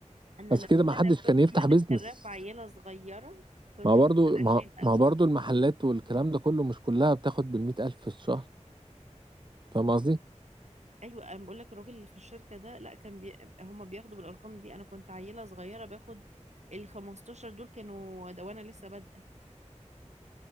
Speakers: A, on the right; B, on the right.
A: انا
B: بس
A: لما
B: كده ما حدش
A: انا كنت
B: كان يفتح
A: مادة
B: بيزنس
A: الراب عيلة صغيرة كنت
B: ما
A: باخد
B: برضو ما,
A: 20000
B: ما برضو المحلات والكلام ده كله مش كلها بتاخد بالمئة ألف في الشهر فاهم قصدي؟
A: ايوه انا بقول لك الراجل اللي في الشركة ده لا كان بي... هما بياخدوا بالارقام دي انا كنت عيلة صغيرة باخد ال 15 دول كانوا ده وانا لسه بادئة